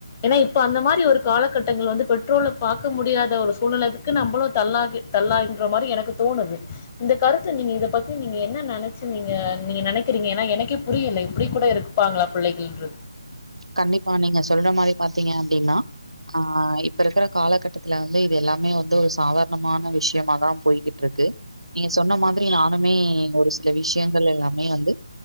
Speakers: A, on the left; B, on the right.
A: ஏனா இப்ப அந்த மாரி ஒரு காலகட்டங்கள் வந்து பெ ற்றோல பாக்க முடியாத ஒரு சூழ்நிலத்துக்கு நம்பளு தள்ளாகி தள்ளாகின்ற மாரி எனக்கு தோனுது இந்த கருத்து நீங்க இத பத்தி நீங்க என்ன நெனச்சு நீங்க நீங்க நெனைக்கிறீங்க ஏனா எனக்கே புரியில இப்டி கூட இருப் பாங்ளா புள்ளைகள்ன்று
B: கண்டிப்பா நீங்க சொல்ற மாரி பாத்தீங்க அப்டின்னா ஆ இப்ப இருக்குற காலகட்டத்துல வந்து இது எல்லாமே வந்து ஒரு சாதாரணமான விஷ்யமாதா போய்கிட்ருக்கு நீங்க சொன்ன மாதிரி நானுமே ஒரு சில விஷ்யங்கள் எல்லாமே வந்து